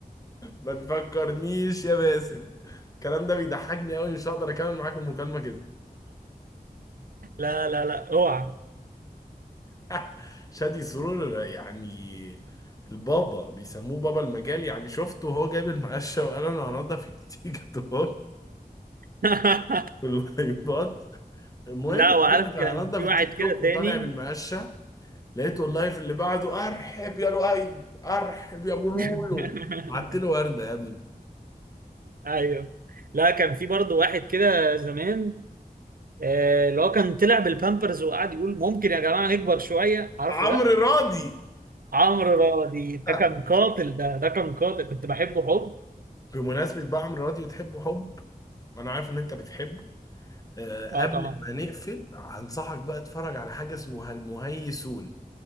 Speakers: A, on the left (about 20°); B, on the right (about 65°).
A: ما تفكرنيش يا باسم الكلام ده بيضحكني قوي مش هقدر اكمل معاك المكالمة كده
B: لا لا لا اوعى
A: <laughs> شادي سرور يعني البابا بيسموه بابا المجال يعني شفته وهو جايب المقشة وقال انا هنضف التيك توك
B: <laughs>
A: واللايفات المهم
B: لا
A: بيقول
B: وعارف
A: لك
B: كان
A: انا هنضف
B: في واحد
A: التيك
B: كده
A: توك وطالع
B: تاني
A: بالمقشة لقيته اللايف اللي بعده ارحب يا لؤي ارحب يا ابو لولو
B: <laughs>
A: بعت له وردة يا ابني
B: ايوه لا كان في برضه واحد كده زمان آه، اللي هو كان طلع بالبامبرز وقعد يقول ممكن يا جماعه نكبر شويه عارفه
A: عمرو
B: ده
A: راضي
B: عمرو راضي ده
A: <laughs>
B: كان قاتل ده ده كان قاتل كنت بحبه حب
A: بمناسبة بقى عمرو راضي وتحبه حب وانا عارف ان انت بتحبه آه،
B: اه
A: قبل
B: طبعا
A: ما نقفل هنصحك بقى اتفرج على حاجه اسمها المهيسون